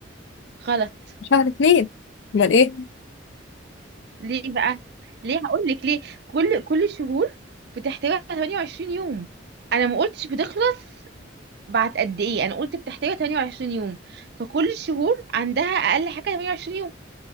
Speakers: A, on the right; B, on the left.
A: غلط
B: شهر اتنين امال ايه؟
A: ليه بقى ليه هقول لك ليه كل كل الشهور بتحتوي على 28 يوم انا ما قلتش بتخلص بعد قد ايه انا قلت بتحتوي على 28 يوم فكل الشهور عندها اقل حاجه 28 يوم